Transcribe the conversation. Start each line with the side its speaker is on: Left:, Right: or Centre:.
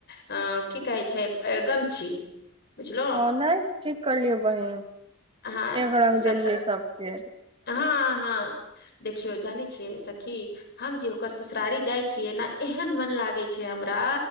Left: अ की कहै छै? गमछी! बुझलहु
Right: हँ नहि ठीक करलियै बहिन।
Left: हँ
Right: एक रंग
Left: तऽ सबटा
Right: देलियै सभके।
Left: हँ हँ देखियौ जानै छियै सखी हम जे ओकर ससुरारी जाइ छियै ने एहन मन लागै छै हमरा